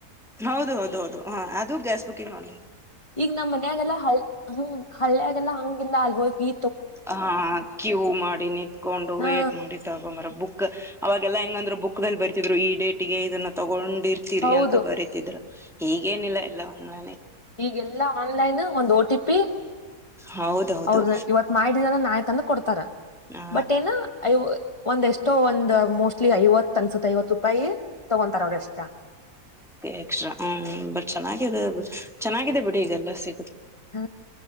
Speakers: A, in the centre; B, on the left (about 20°).
A: ಹೌದು ಹೌದು ಹೌದು ಹಾ ಅದು ಗ್ಯಾಸ್ ಬುಕಿಂಗ್ ಮಾಡ್ಲ
B: ಈಗ ನಮ್ಮ್ ಮನ್ಯಾಗೆಲ್ಲ ಹ ಹ್ಮ ಹಳ್ಳಿಯಾಗಲ್ಲ ಹಂಗಿಲ್ಲ ಅಲ್ ಹೋ ಈ
A: ಹಾ ಕ್ಯೂ ಮಾಡಿ ನಿಂತ್ಕೊಂಡು
B: ಹಾ
A: ವೇಟ್ ಮಾಡಿ ತಗೊಂಬರ ಬುಕ್ ಅವಾಗ ಎಲ್ಲಾ ಹೆಂಗಂದ್ರು ಬುಕ್ ದಲ್ಲಿ ಬರ್ತಿದ್ರು ಈ ಡೇಟ್ಗೆ ಇದನ್ನ ತಗೊಂಡಿರ್ತೀರಿ
B: ಹೌದು
A: ಅಂತ ಬರಿತಿದ್ರು ಈಗೇನಿಲ್ಲ ಎಲ್ಲ ಒಂಗ್ನ
B: ಈಗೆಲ್ಲಾ ಆನ್ಲೈನ್ ಒಂದು್ಓ ಟಿ ಪಿ
A: ಹೌದೌದು
B: ಅವ್ರದ ಇವತ್ ಮಾಡ ನ್ ತಂದು ಕೊಡ್ತಾರ
A: ಹ
B: ಬಟ್ ಏನಐ ಒಂದ್ ಎಷ್ಟೋ ಒಂದ್ ಮೋಸ್ಟ್ಲಿ ಐವತ್ ಅನ್ಸತ್ ಐವತ್ ರೂಪಾಯಿ ತಗೊಂತಾರ ಅವ್ರ ಎಕ್ಸ್ಟ್ರಾ
A: <inaudible> ಎಕ್ಸ್ಟ್ರಾ ಹ ಬಟ್ ಚೆನ್ನಾಗಿ ಅ ಚೆನ್ನಾಗಿದೆ ಬಿಡಿ ಈದೆಲ್ಲ ಸಿ
B: ಹ